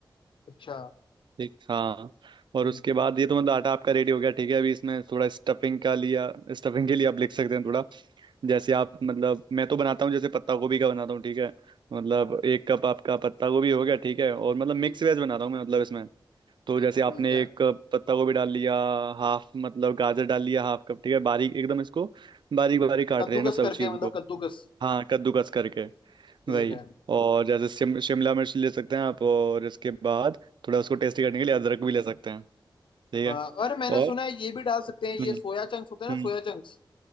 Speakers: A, on the left; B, on the right.
A: अच्छा
B: ठीक हाँ और
A: ठीक
B: उसके
A: है
B: बाद ये तो मतलब आटा आपका रेडी हो गया ठीक है अभी इसमें थोड़ा स्टफिंग का लिया स्टफिंग के लिए आप लिख सकते हैं थोड़ा जैसे आप मतलब मैं तो बनाता हूँ जैसे पत्ता गोभी का बनाता हूँ ठीक है मतलब एक कप आपका पत्ता गोभी हो गया ठीक है और मतलब मिक्स
A: ठीक
B: वेज बनाता हूँ मैं मतलब इसमें तो जैसे आपने
A: ठीक है
B: एक कप पत्ता गोभी डाल लिया हाफ मतलब गाजर डाल लिया हाफ कप ठीक है बारीक एकदम इसको बारीक बारीक काट
A: कद्दूकस
B: रहे हैं ना सब
A: करके
B: चीज
A: मतलब
B: को
A: कद्दूकस
B: हाँ कद्दूकस करके
A: ठीक
B: वही
A: है
B: और जैसे शिम, शिमला मिर्च ले सकते हैं आप और इसके बाद थोड़ा उसको टेस्टी करने के लिए अदरक भी ले सकते हैं ठीक
A: अ,
B: है
A: और मैंने
B: और
A: सुना है ये भी डाल सकते हैं ये
B: हम्म
A: सोया चंक्स होते हैं
B: हम्म
A: ना सोया चंक्स